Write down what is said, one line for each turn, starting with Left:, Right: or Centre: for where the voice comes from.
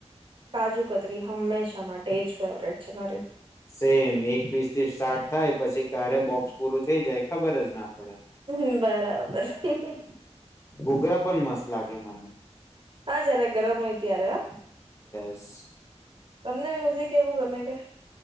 Right: કાજુ કતરી હંમેશા માટે જ ફેવરેટ છે, મારી.
Left: સેમ એક પીસ થી સાઠ થાય. પછી, ક્યારે બોક્સ પૂરું થઈ જાય ખબર જ ના પડે
Right: હમ્મ, બરાબર. <unintelligible>
Left: ઘૂઘરા પણ મસ્ત લાગે મને.
Right: હા, જરા ગરમ હોય ત્યારે, હ.
Left: સ
Right: તમને મ્યુઝિક એવું ગમે કે?